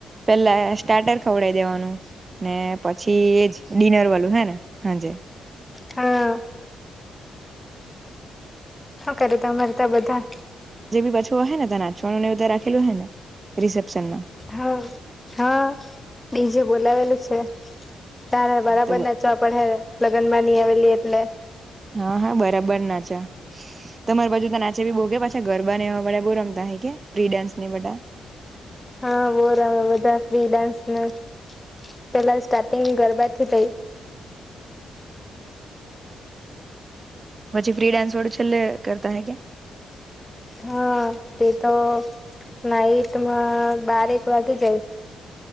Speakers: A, on the right (about 35°); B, on the left (about 20°).
A: પેલા સ્ટાર્ટર ખવડઈ દેવાનું ને પછી એજ િનર વાલું હે ને હાજ
B: હા હા કરતા મરતા બધા
A: બી બચવો હોય ને નાંચવાનું ને બધ રાખેલું હો ને રિસેપ્શનમાં
B: હા હા બીજે બોલાવેલું છે તારે બરાબર
A: તો
B: ના ચો પણ હે લગ્ન ની આવેલી એટલે
A: હા હા બરાબર નાચા તમારી બાજુ તો નાચે બી બહુ કે પછા ગરાને એવાા બહુ રમતા હે કે ફ્રી ડાન્સ ને બા
B: હા બોરામે બધા ફ્રી ડાન્સને પેલા સ્ટાર્ટિંગ ગરબાથી થઈ
A: પછી ફ્રી ડાન્સ વડું છેલ્લે કરતા હે કે
B: હા, તે તો નાઇટમાં બાર એક વાગે જાય.